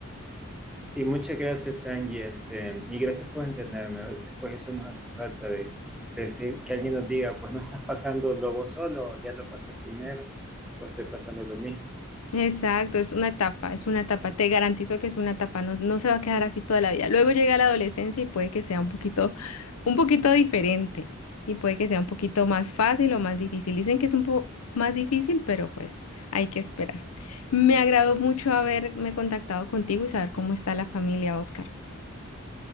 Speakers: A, in the centre; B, on the left.
A: Sí, muchas gracias, Angie, este, y gracias por entenderme. A veces, pues, eso nos hace falta de, de decir que alguien nos diga, pues, no estás pasando vos solo, ya lo pasé primero, o estoy pasando lo mismo.
B: Exacto, es una etapa, es una etapa. Te garantizo que es una etapa, no, no se va a quedar así toda la vida. Luego llega la adolescencia y puede que sea un poquito, un poquito diferente y puede que sea un poquito más fácil o más difícil. Dicen que es un poco más difícil, pero pues hay que esperar. Me agradó mucho haberme contactado contigo y saber cómo está la familia, Oscar.